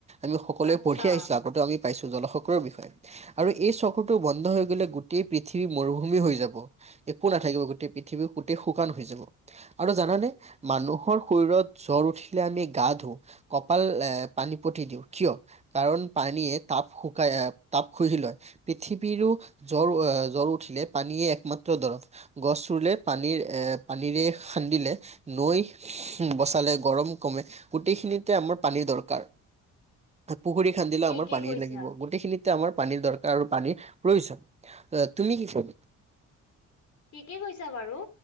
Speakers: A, on the right (about 20°); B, on the left (about 70°).
A: আমি সকলোৱে
B: আচ্ছা
A: পঢ়ি আহিছোঁ আগ এইটো আমি পাইছোঁ জলশক্ৰৰ বিষয়ে আৰু এই চক্ৰটো বন্ধ হৈ গ'লে গোটেই পৃথিৱী মৰুভূমি হৈ যাব। একো নাথাকিব, গোটেই পৃথিৱী গোটেই শুকান হৈ যাব। আৰু জানানে, মানুহৰ শৰীৰত উঠি দে আমি গা ধুও। কপাল এ পানী পটি দিওঁ কিয় কাৰণ পানীয়ে তাপ শুকাই, আহ তাপ শুহি লয় পৃথিৱীৰো জ্বৰ এ, জ্বৰ উঠিলে পানীয়ে একমাত্ৰ দৰৱ গছ ৰুলে পানীৰ এ পানীৰে খান্দিলে নৈ বচালে গৰম কমে, গোটেইখিনিতে আমাৰ পানীৰ দৰকা কাৰ। পুখুৰী খান্দিলেও
B: ঠিকেই
A: আমাৰ পানীয়ে
B: কৈছা।
A: লাগিব গোটেইখিনিত আমাৰ পানীৰ দৰকাৰ আৰু পানীৰ প্ৰয়োজন তুমি কি ক
B: ঠিকে কৈছা বাৰু।